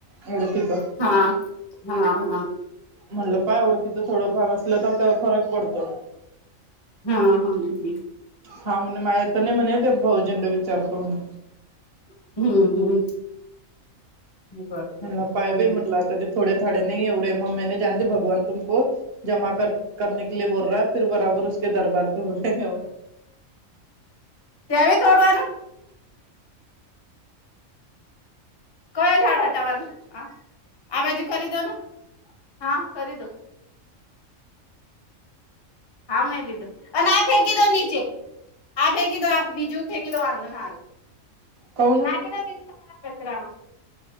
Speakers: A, on the right; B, on the left.
A: ध्येढ तथ
B: हा हा हा
A: म्हणलं पाय ओळखकीच थोडं फार असलं तर फरक पडतो
B: हा हा ह
A: हा म्हण माया त नाही म्हणे ते भाऊजी ना विचारतो म्हणे
B: हम्म हम्म बरोबर
A: हला
B: हम्म
A: पाय बाई म्हटलं आता थोडे थोडे नाही एवढे मम्मीे जाणते भगवान तुमको जमा कर करने के बोल रहा फि बरोबरे दरबार पे बोल
B: त्यावी तोडवान कय झााड हटावान ह आ बाजू कर द ना हा कर दो हां म लो आणि आप फे क दो नीचेे आप फे क दो आप बिजू ठे क तो वाांधलो ना र
A: काऊन
B: ना कि